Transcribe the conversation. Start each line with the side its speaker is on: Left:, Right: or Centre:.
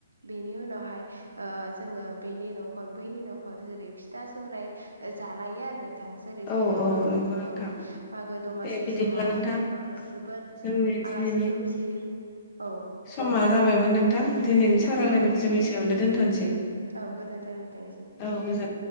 Right: बेनि उनावहाय ओ जोङो बेनि नखर बैनि नखर जेरै फिथा सौराइ जालायो आरो नों नोंथां जेरै जोंना
Left: औ औ
Right: मागो
Left: नंगौ नोंथां
Right: औ मागो दमासि
Left: दे बिदिब्ला
Right: समाव
Left: नोंथां
Right: ओ जोबोर
Left: जोंनि दिनैनि
Right: आलासि दुमसि औ
Left: समा जाबायमोन नोंथां दिनैनि सावरायलायनायखौ
Right: औ
Left: जों एसेयावनो दोनथ'सै।
Right: औ गोजोन्थों नोंथांनिसिम
Left: औ गोजो